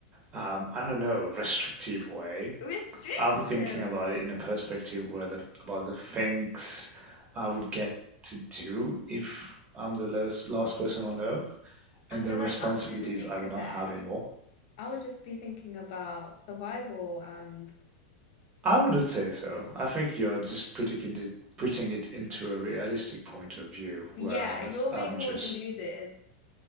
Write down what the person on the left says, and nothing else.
Restrict
him.
I
feel
like I'm an overthinker
then.
I would just be thinking about survival and
yeah,
you're
being
more deluded.